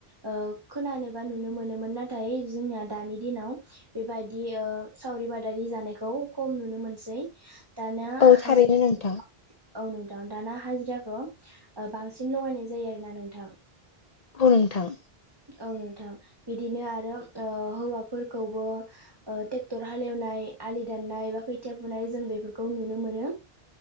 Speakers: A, on the right; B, on the left.
A: ओ खोनानोबा नुनो मोनोमोन नाथाय जोंनिया दानि दिनाव बेबायदि ओ सावरि बादारि जानायखौ खम नुनो मोनसै। दाना
B: औ
A: हाजिरा
B: थारैनो
A: <unintelligible>
B: नोंथां
A: औ नोंथां दाना हाजिराखौ बांसिन लगायनाय जायो आरो ना नोंथां।
B: औ नोंथां।
A: औ नोंथां बिदिनो आरो ओ हौवाफोरखौबो ओ ट्रेक्टर हालेवनाय आलि दाननाय बा खोथिया फुनाय जों बेफोरखौ नुनो मोनो।